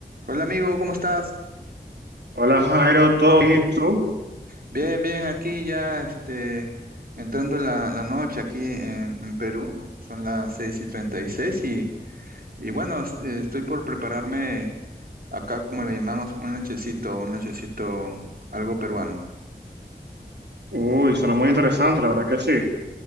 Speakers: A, on the right (about 60°); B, on the right (about 85°).
A: Hola amigo, ¿cómo estás?
B: Hola Jairo, ¿todo bien y tú?
A: Bien, bien, aquí ya este, entrando la, la noche aquí en, en Perú, son las 6 y 36 y, seis y y bueno, es- eh, estoy por prepararme acá como le llamamos un lonchecito, un lonchecito algo peruano.
B: Uy, suena muy interesante, la verdad que sí.